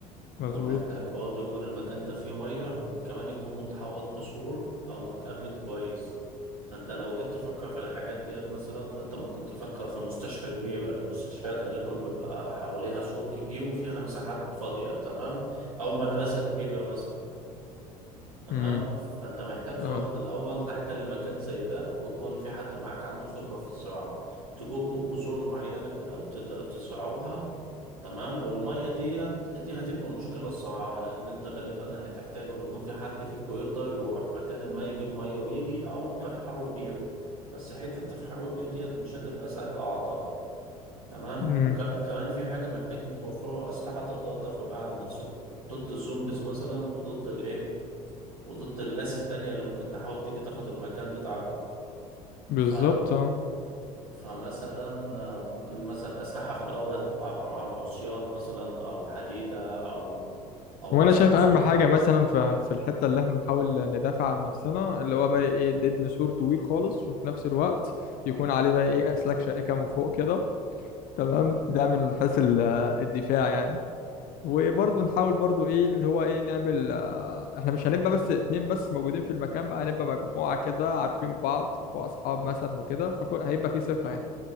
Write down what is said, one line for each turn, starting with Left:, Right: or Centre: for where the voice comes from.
Left: مظبوط
Right: ومحتاج برضه يكون المكان ده فيه ميه وكمان يكون متحوط بسور او متأمن كويس فانت لو جيت تفكر في الحاجات ديت مثلا فانت ممكن تفكر في مستشفى كبيره المستشفيات غالبا بيبقى حواليها سور كبير وفيها مساحات فاضيه تمام او مدرسه كبيره مثلا تمام
Left: امم
Right: فانت محتاج
Left: فعلا
Right: تروح الاول تحتل مكان زي ده ويكون في حد معاك عنده خبره في الزراعه تجيبوا بذور معينه كده وتبداوا تزرعوها تمام والميه ديت دي هتبقى مشكله الصراحه لان انت غالبا هتحتاج انه يكون في حد فيكم يقدر يروح مكان ما يجيب ميه ويجي او تفحروا بير بس حته تفحروا بير ديت مش هتبقى سهله اعتقد تمام
Left: امم
Right: وكمان في حاجه محتاجين توفروا اسلحه تقدروا تدافعوا بيها عن نفسكم ضد الزومبيز مثلا وضد الايه وضد الناس التانية اللي ممكن تحاول تيجي تاخد المكان بتاعكم
Left: بالظبط
Right: ف...
Left: اه
Right: فمثلا آه، ممكن مثلا الأسلحة في الأول هتبقى عبارة عن عصيان مثلا أو حديدة أو أو
Left: هو
Right: مثلا
Left: انا شايف
Right: سطو
Left: اهم حاجه مثلا ف- في الحته اللي احنا نحاول ندافع عن نفسنا اللي هو بقى ايه نبني سور طويل خالص وفي نفس الوقت يكون عليه بقى ايه اسلاك شائكه من فوق كده تمام ده من حيث ال- الدفاع يعني وبرضه نحاول برضه ايه اللي هو ايه نعمل آه، احنا مش هنبقى بس اتنين بس موجودين في المكان بقى هنبقى مجموعة كده عارفين بعض واصحاب مثلا وكده فهيبقى في ثقة يعني